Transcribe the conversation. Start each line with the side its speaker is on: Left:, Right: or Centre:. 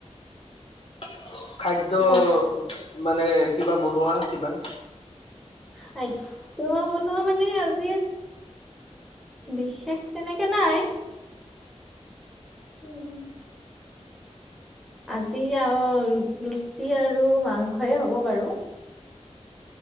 Left: <inaudible> খাদ্য
Centre: ব
Left: মানে কিবা বনোৱা কিবা?
Centre: খাদ্য বনোৱা মানে আজিৰ বিশেষ তেনেকে নাই। <inaudible> আজি আ, ৰ লুচি আৰু মাংসই হ'ব বাৰু।